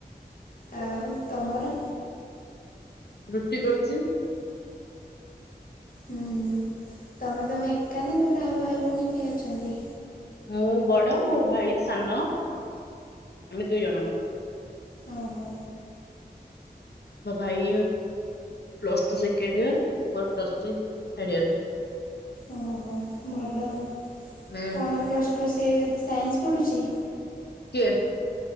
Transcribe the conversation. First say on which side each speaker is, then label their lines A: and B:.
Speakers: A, on the left; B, on the left.
A: ଆଉ ତମର?
B: ରୁଟି କରୁଚୁ।
A: ହୁଁ ଉଁ, ତମେ ତମେ ଏକା ନା ତମର ଆଉ ଭାଇ ଭଉଣୀ କିଏ ଅଛନ୍ତି?
B: ମୁଁ ବଡ ମୋ ଭାଇ ସାନ ଆମେ ଦି ଜଣ।
A: ଓହୋଃ।
B: ମୋ ଭାଇ ପ୍ଲସ ଟୁ ସେକେଣ୍ଡ ଇଅର ମୋର ପ୍ଲସ ଥ୍ରୀ ଥାର୍ଡଇଅର
A: ଓହୋ ଭଲ
B: ହୁଁ
A: କଣ ପ୍ଲସ୍ ଟୁ ସିଏ ସାଇନ୍ସ ପଢ଼ୁଛି?
B: କିଏ?